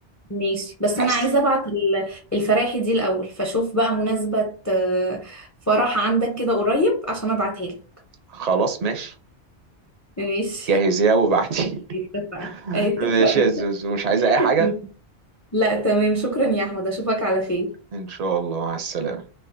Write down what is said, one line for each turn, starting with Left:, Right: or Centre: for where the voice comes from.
Left: ماشي بس
Right: حس
Left: أنا عايزة أبعت ال- الفراحي دي الأول فشوف بقى مناسبة آه، فرح عندك كده قريب عشان أبعتها لك
Right: خلاص ماشي
Left: ماشي
Right: جهزيها وبعتي
Left: اتفقنا
Right: <laughs>
Left: اتفقنا
Right: ماشي يا زوزو مش عايزه اي حاجه
Left: <laughs> لا تمام شكرا يا أحمد أشوفك على خير
Right: ان شاء الله مع السلامه